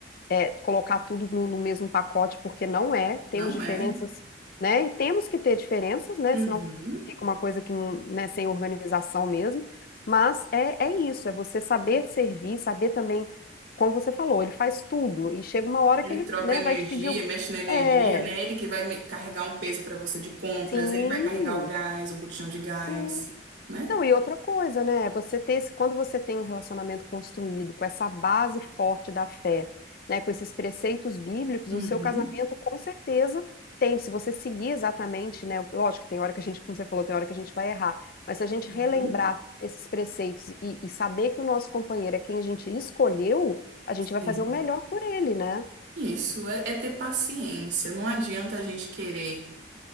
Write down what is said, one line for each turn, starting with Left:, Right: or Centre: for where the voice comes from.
Left: é, colocar tudo no, no mesmo pacote, porque não é, temos
Right: Não
Left: diferenças,
Right: é.
Left: né? E temos que ter diferenças, né?
Right: Uhum.
Left: Senão fica uma coisa que não, né, sem organização mesmo. Mas é, é isso, é você saber servir, saber também, como você falou, ele faz tudo, e chega uma hora
Right: Ele
Left: que ele,
Right: troca
Left: né,
Right: energia,
Left: vai te pedir algum.
Right: mexe na energia,
Left: É,
Right: né? Ele que vai me- carregar um peso para você de compras,
Left: sim,
Right: ele vai carregar o gás, o botijão de gás,
Left: sim,
Right: né?
Left: Não, e outra coisa, né? Você ter esse, quando você tem um relacionamento construído com essa base forte da fé, né, com esses preceitos bíblicos,
Right: Uhum.
Left: o seu casamento com certeza tem, se você seguir exatamente, né, lógico que tem hora que a gente, como você falou, tem hora que a gente vai errar, mas se a gente
Right: Uhum.
Left: relembrar esses preceitos e, e saber que o nosso companheiro é quem a gente escolheu, a gente
Right: Sim.
Left: vai fazer o melhor por ele, né?
Right: Isso é é ter paciência. Não adianta a gente querer,